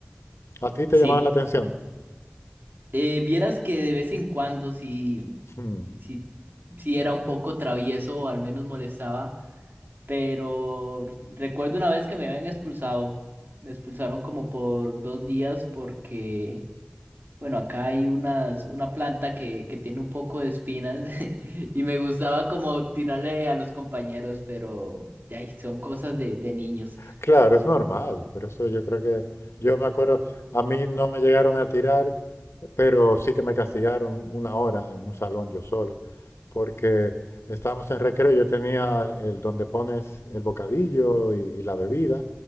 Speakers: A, on the left; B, on the right.
A: ¿A ti te
B: Sí,
A: llamaba la atención?
B: Eh, vieras que de vez en cuando sí,
A: Hmm.
B: sí, sí era un poco travieso o al menos molestaba Pero recuerdo una vez que me habían expulsado. Me expulsaron como por dos días porque, bueno, acá hay unas, una planta que, que tiene un poco de espinas <laughs> y me gustaba como tirarle a los compañeros, pero ay, son cosas de, de niños.
A: Claro, es normal, Por eso yo creo que, yo me acuerdo, a mí no me llegaron a tirar, pero sí que me castigaron una hora en un salón yo solo, porque estábamos en recreo, yo tenía el donde pones el bocadillo y, y la bebida,